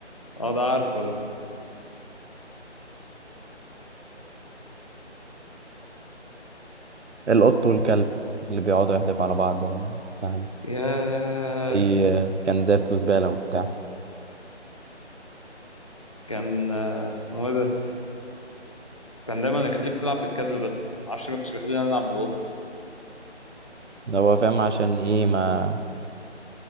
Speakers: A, on the left; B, on the right.
A: اه ده عارفه ده
B: والقط والكلب اللي بيقعدوا يحدفوا على بعض بتاع ده
A: ياه
B: اي كنزات وزبالة وبتاع
A: كان آه، اسمه ايه ده كان دايما يخليك تلعب بالكلب بس معرفش ما كانش بيخليني العب بالقطه
B: ده هو فاهم عشان ايه ما